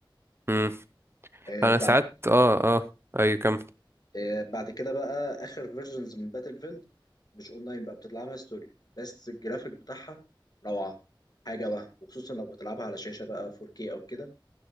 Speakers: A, on the right (about 30°); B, on the left (about 50°).
A: مم.
B: آه،
A: انا ساعات
B: بع-
A: اه اه ايوه كمل
B: آه، بعد كده بقى اخر فيرجنز من باتل فيلد مش اونلاين بقى بتلعبها ستوري بس الجرافيك بتاعها روعه حاجه وهم وخصوصا لو بتلعبها على شاشه بقى 4K او كده